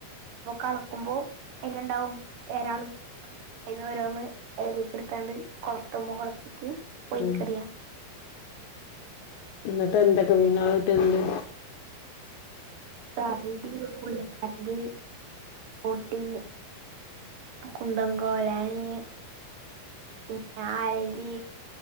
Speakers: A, on the right; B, on the left.
A: അപ്പൊ കണക്കുമ്പോ അതില് ഇണ്ടാവും എരാളും അതിന് ഓരോന്ന് അതിലേക്ക് എടുത്താണ്ട് കൊളത്തുമ്മേ കൊളത്തീട്ട് പൊഴീക്കെറിയാ
B: ഉം എന്നിട്ട് എന്തെക്കെ മീനള് കിട്ടല്ണ്ട്?
A: തർണ്ടീ പൊളി തർണ്ടീ പോട്ടിങ്ങ് കുന്തം കോലായീ പിന്നെ ആരലി,